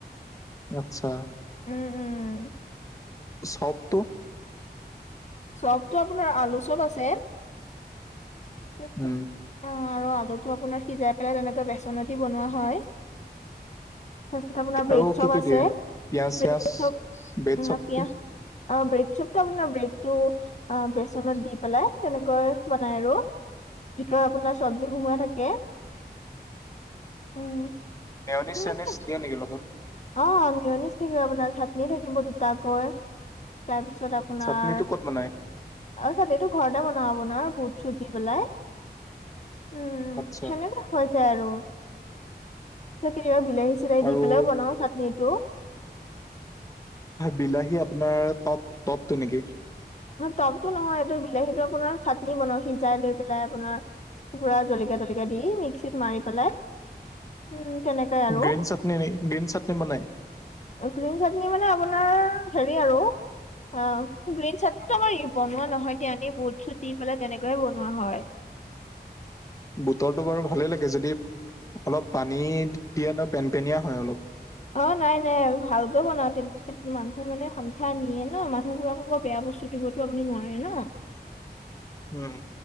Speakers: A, on the left; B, on the left.
A: আচ্ছা।
B: উম, উম।
A: চপটো?
B: চপটো আপোনাৰ আলু চপ আছে। তাৰপিছত
A: উম
B: অ', আৰু আলুটো আপোনাৰ সিজাই পেলাই তেনেকৈ বেচনত দি বনোৱা হয়। তাৰপিছত আপোনাৰ ব্ৰেড
A: আৰু
B: চপ
A: কি কি
B: আছে
A: দিয়ে পিয়াজ
B: ব্ৰেড
A: চিয়াজ
B: চপ
A: বেড চপটো
B: পিয়াঁজ অ', ব্ৰেড চপটো আপোনাৰ ব্ৰেডটো অ', বেচনত দি পেলাই তেনেকৈ বনাই আৰু। ভিতৰত আপোনাৰ চব্জি সোমাই থাকে, উম।
A: মেয়নিছ-চেয়নিছ
B: সেনেকে
A: দিয়ে নেকি লগত?
B: অ, মেয়নিচ থাকিব আপোনাৰ, চাটনি থাকিব দুটাকৈ। তাৰপিছত আপোনাৰ
A: চাটনিটো
B: তাৰপাছত,
A: ক'ত বনাই?
B: এইটো ঘৰতে বনোৱা আপোনাৰ বুট-ছুট দি পেলাই। উম,
A: আচ্ছা
B: সেনেকুৱা হৈ যায় আৰু। তাৰপাছত কেতিয়াবা বিলাহী-চিলাহী
A: আৰু
B: দি পেলাইও বনাওঁ চাটনি টো।
A: বিলাহী আপোনাৰ টক-টকটো নেকি!
B: টকতো নহয়, এইটো বিলাহীটো আপোনাৰ চাটনি বনাওঁ, সিজাই লৈ পেলাই আপোনাৰ পুৰা জলকীয়া-তলকীয়া দি, মিক্সিত মাৰি পেলাই। উম, তেনেকাই। আৰু
A: গ্ৰীন চাটনি, গ্ৰীন চাটনি বনাই!
B: গ্ৰীণ চাটনি মানে আপোনাৰ হেৰি আৰু অ, গ্ৰীণ চাটনি টো আমাৰ বনোৱা নহয় দিয়া, এনে বুট-চুট দি পেলাই তেনেকুৱায়ে বনোৱা হয়।
A: বুটটো বাৰু ভালেই লাগে! যদি অলপ পানী দিয়ে নহয় পেনপেনীয়া হয় অলপ।
B: অ, নাই, নাই, আমি ভালকৈ বনাওঁ, <unintelligible> মানুহ মানে সন্ধিয়া নিয়ে ন, মানুহবোৰক আকৌ বেয়া বস্তু দিবতো আপুনি নোৱাৰে ন।
A: উম।